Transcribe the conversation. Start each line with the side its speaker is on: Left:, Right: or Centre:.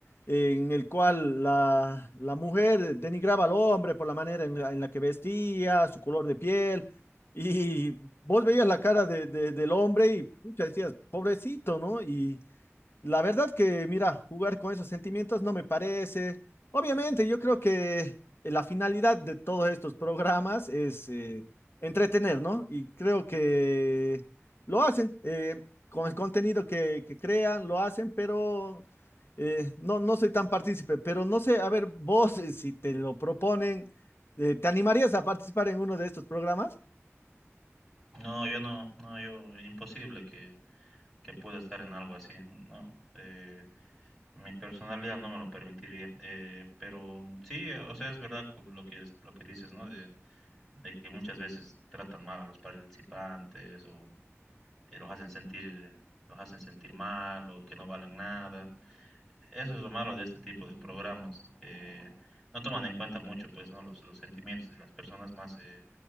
Left: en el cual la, la mujer denigraba al hombre por la manera en la en la que vestía, su color de piel. Y vos veías la cara de, de- del hombre y pucha, decías, pobrecito, ¿no? Y la verdad que, mira, jugar con esos sentimientos no me parece. Obviamente, yo creo que la finalidad de todos estos programas es eh, entretener, ¿no? Y creo que lo hacen, eh, con el contenido que, que crean, lo hacen, pero eh, no, no soy tan partícipe, pero no sé, a ver, vos, eh, si te lo proponen, eh, ¿te animarías a participar en uno de estos programas?
Centre: No, yo no, no, yo, imposible que, que pueda estar en algo así, ¿no? Eh, mi personalidad no me lo permitiría, eh, pero sí, o sea, es verdad con lo que, es- lo que dices, ¿no? De, de que muchas veces tratan mal a los participantes o eh, los hacen sentir, los hacen sentir mal o que no valen nada. Eso es lo malo de este tipo de programas, que no toman en cuenta mucho, pues, ¿no? Los, los sentimientos de las personas más, eh,